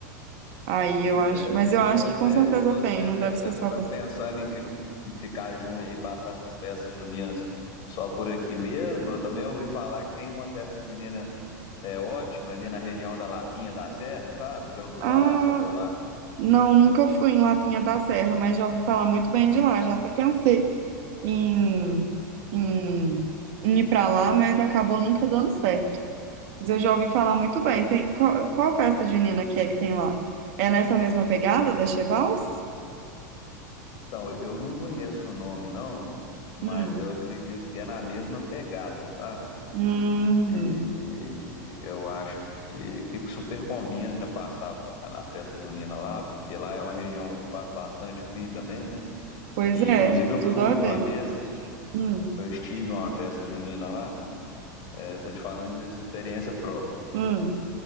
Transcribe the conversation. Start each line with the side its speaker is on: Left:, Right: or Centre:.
Right: Aí
Left: Pois
Right: eu acho,
Left: é,
Right: mas
Left: e,
Right: eu acho
Left: e você,
Right: que com certeza
Left: e você
Right: tem, não
Left: te-
Right: deve
Left: te-
Right: ser só
Left: tá
Right: você.
Left: pensando em, fi- em ficar junho e passar essas festas juninas só por aqui mesmo? Eu também ouvi falar que tem uma festa junina é, ótima ali na região da Lapinha da Serra, sabe? Já ouviu
Right: Ah,
Left: falar? Você já foi lá?
Right: não, nunca fui em Lapinha da Serra, mas já ouvi falar muito bem de lá, já até pensei em, em, em ir pra lá, mas acabou nunca dando certo. Mas eu já ouvi falar muito bem. Tem, qual, qual festa junina que é que tem lá? É nessa mesma pegada da Chevals?
Left: Então, eu não conheço o nome, não, mas
Right: Hum.
Left: eu acredito que é na mesma pegada, sabe?
Right: Hum,
Left: E e eu acho que, que super combina passar na festa junina lá, porque lá é uma região que faz bastante frio também, né?
Right: pois
Left: E
Right: é,
Left: inclusive eu
Right: tudo
Left: fui
Right: a
Left: uma
Right: ver.
Left: vez,
Right: Hum,
Left: eu estive em uma festa junina lá, é, tô te falando de experiência própria.
Right: hum,